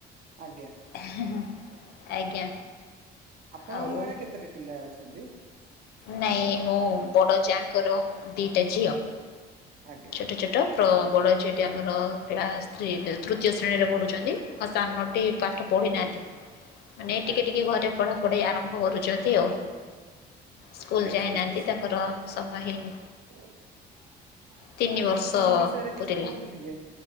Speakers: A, on the right; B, on the left.
A: ଆଜ୍ଞା
B: ହଁ ହଁ ଆଜ୍ଞା
A: ଆପଣଙ୍କ
B: ଆଉ
A: ଘରେ କେତୋଟି ପିଲା ଅଛନ୍ତି?
B: ନାଇଁ ମୁଁ ବଡ ଯାଙ୍କର ଦିଟା ଝିଅ।
A: ଆଜ୍ଞା।
B: ଛୋଟ ଛୋଟ ବଡ଼ ଝିଅଟି ଆମର କ୍ରୀଳା ସ୍ତ୍ରୀରେ ତୃତୀୟ ଶ୍ରେଣୀରେ ପଢ଼ୁଛନ୍ତି। ହଁ ସାନଟି ପାଠ ପଢି ନାହାନ୍ତି। ମାନେ ଟିକେ
A: ଆଜ୍ଞା
B: ଟିକେ ଘରେ ପଢା ପଢେଇ ଆରମ୍ଭ କରୁଛନ୍ତି ଆଉ। ସ୍କୁଲ
A: ଆଚ୍ଛା
B: ଯାଇନାହାନ୍ତି
A: କିଛି
B: ତାଙ୍କର ସମୟ ହେଇନି
A: ଆଉ
B: ତିନି ବର୍ଷ
A: ଠାକୁରଙ୍କ ବିଷୟରେ
B: ପୁରିଲା।
A: କିଛି କୁହନ୍ତୁ ଟିକେ?